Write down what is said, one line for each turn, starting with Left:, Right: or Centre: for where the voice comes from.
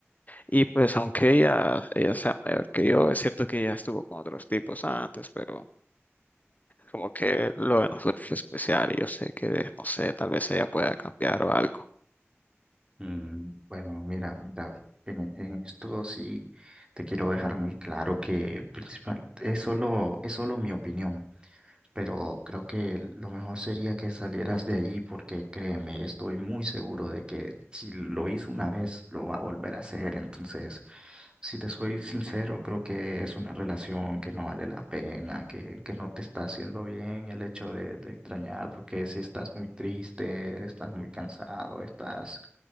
Left: Y pues aunque ella, ella sea mayor que yo, es cierto que ella estuvo con otros tipos antes, pero como que lo de nosotros es especial y yo sé que, no sé, tal vez ella pueda cambiar o algo.
Right: Mm, Bueno, mira, mira, bro, en, en esto sí te quiero dejar muy claro que principal, es solo, es solo mi opinión. pero creo que lo mejor sería que salieras de allí porque créeme, estoy muy seguro de que si lo hizo una vez, lo va a volver a hacer. Entonces, si te soy sincero, creo que es una relación que no vale la pena, que, que no te está haciendo bien el hecho de, de extrañar, porque si estás muy triste, estás muy cansado, estás,